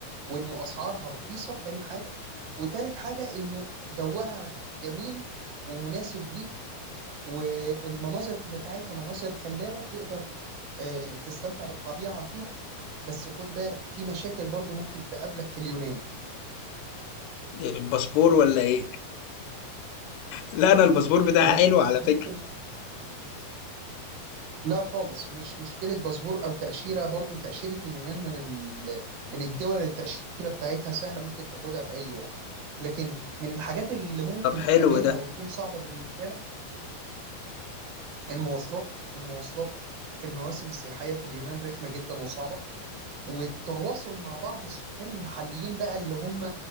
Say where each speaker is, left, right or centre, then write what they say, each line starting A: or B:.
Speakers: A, on the right; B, on the left.
A: وانه اسعارها رخيصه تاني حاجه وتالت حاجه انه جوها جميل ومناسب ليك والمناظر بتاعتها مناظر خلابة تقدر آه، تستمتع بالطبيعة فيها بس خد بالك في مشاكل برضو ممكن تقابلك في اليونان
B: الباسبور ولا ايه لا انا الباسبور بتاعي
A: لا
B: حلو على
A: ممكن
B: فكرة
A: لا خالص مش مشكلة باسبور أو تأشيرة برضو تأشيرة اليونان من ال... من الدول اللي التأشيرة بتاعتها سهلة ممكن تاخدها في أي وقت لكن من الحاجات اللي ممكن
B: طب حلو
A: تقابلها
B: ده
A: وتكون صعبة بالنسبة لك المواصلات المواصلات في المواسم السياحية في اليونان رخمة جدا وصعبة والتواصل مع بعض السكان المحليين بقى اللي هم